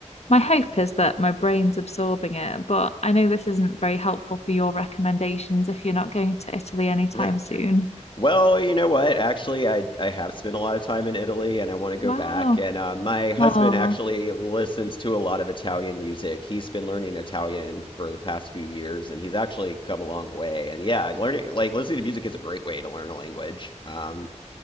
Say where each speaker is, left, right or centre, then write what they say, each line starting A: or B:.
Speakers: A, on the left (about 60°); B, on the left (about 40°).
A: my hope is that my brain's absorbing it, but I know this isn't very helpful for your recommendations if you're not going to Italy anytime
B: <laughs>
A: soon.
B: Well, you know what? Actually, I I have spent a lot of time in Italy, and I want to go
A: Wow.
B: back. And uh, my husband
A: Oh,
B: actually listens to a lot of Italian music. He's been learning Italian for the past few years, and he's actually come a long way. And yeah, learning like listening to music is a great way to learn a language. Um,